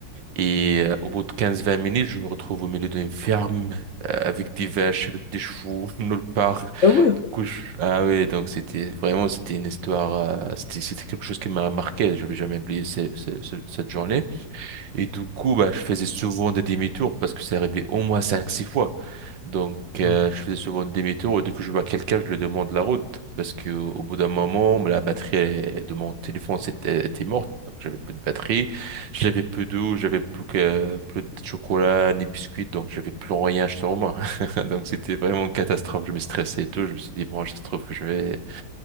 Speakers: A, on the right; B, on the left.
A: Et euh, au bout de quinze vingt minutes, je me retrouve au milieu d'une ferme, euh, avec des vaches, avec des chevaux, <laughs> nulle part.
B: Ah ouais.
A: Du coup, je- Ah ouais, donc c'était vraiment, c'était une histoire, euh, c'était, c'était quelque chose qui m'a marqué. Je vais jamais oublier ce- ce- ce- cette journée. Et du coup, bah, je faisais souvent des demi-tours parce que ça arrivait au moins cinq six fois. Donc, euh,
B: Hum.
A: je faisais souvent des tour et dès que je vois quelqu'un, je lui demande la route. Parce que au bout d'un moment, la batterie elle, de mon téléphone c'était- était morte. Donc, j'avais plus de batterie, j'avais plus d'eau, j'avais plus que plus de chocolat ni biscuits. Donc, j'avais plus rien sur moi. <laughs> Donc, c'était vraiment une catastrophe. Je me stressais et tout. Je me suis dit, bon, ça se trouve que je vais,